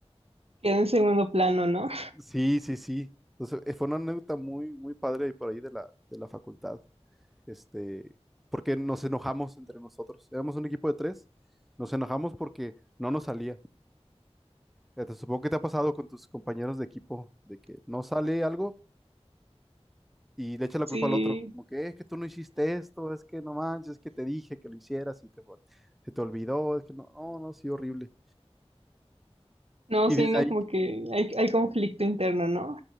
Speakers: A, on the right; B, in the centre.
A: Quedó en segundo plano, ¿no?
B: Sí, sí, sí. Entonces, eh, fue una anécdota muy, muy padre por ahí de la, de la facultad. Este, porque nos enojamos entre nosotros. Éramos un equipo de tres. Nos enojamos porque no nos salía. Eh, te supongo que te ha pasado con tus compañeros de equipo, de que no sale algo y le echa la
A: Sí,
B: culpa al otro. Como que "Eh, es que tú no hiciste esto, es que no manches, es que te dije que lo hicieras y te, se te olvidó, es que no, no, no, sí, horrible.
A: no,
B: Y
A: sí,
B: desde
A: ¿no?
B: ahí,
A: Como que hay, hay conflicto interno, ¿no?